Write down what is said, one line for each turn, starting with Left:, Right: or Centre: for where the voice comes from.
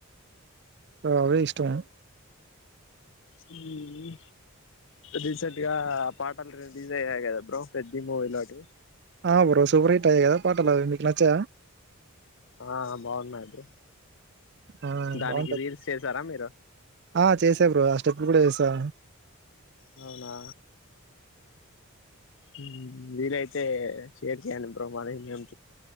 Right: అవే ఇష్టం
Left: మ్మ్ రీసెంట్గా పాటలు రిలీజ్ అయ్యాయిగా బ్రో పెద్ది మూవీ లాటివి
Right: ఆ బ్రో సూపర్ హిట్ అయ్యాయిగా పాటలు మీకు నచ్చావా
Left: ఆ బాగున్నాయి బ్రో
Right: ఆ
Left: దానికి
Right: బాగుంటది
Left: రీల్స్ చేసారా మీరు
Right: ఆ చేసా బ్రో అ స్టెప్పులు కూడా వేసా
Left: అవునా మ్మ్ వీలై తే షేర్ చేయండి బ్రో ప్రమారే ఇలియాన్